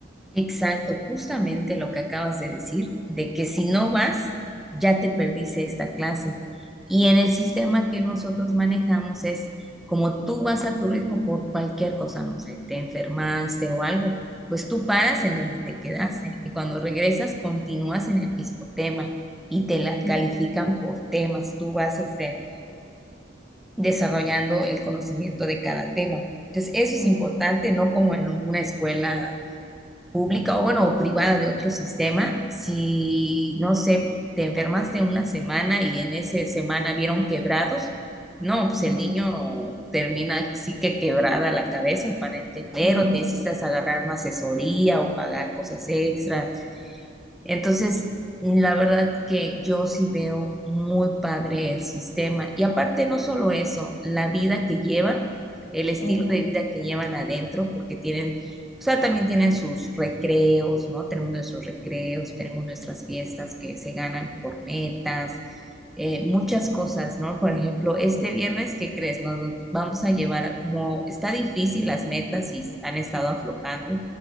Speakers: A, in the centre; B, on the left.
A: Exacto, justamente lo que acabas de decir, de que si no vas, ya te perdiste esta clase. Y en el sistema que nosotros manejamos es como tú vas a tu ritmo por cualquier cosa, no sé, te enfermaste o algo, pues tú paras en donde te quedaste y cuando regresas continúas en el mismo tema y te la califican
B: Ujú,
A: por temas, tú vas este, desarrollando el conocimiento de cada tema. Entonces, eso
B: ujú,
A: es importante, no como en una escuela pública o bueno, o privada de otro sistema, si no sé, te enfermaste una semana y en esa semana vieron quebrados, no, pues
B: ujú.
A: el niño termina sí que quebrada la cabeza para entender
B: Ujú,
A: o necesitas agarrar una asesoría o pagar cosas extras entonces, la verdad que yo sí veo muy padre el sistema. Y aparte, no solo eso, la vida que llevan, el estilo
B: ujú,
A: de vida que llevan adentro, porque tienen, o sea, también tienen sus recreos, ¿no? Tenemos nuestros recreos, tenemos nuestras fiestas que se ganan por metas, eh, muchas cosas, ¿no? Por ejemplo, este viernes, ¿qué crees? Nos vamos a llevar, a- como está difícil las metas y han estado aflojando.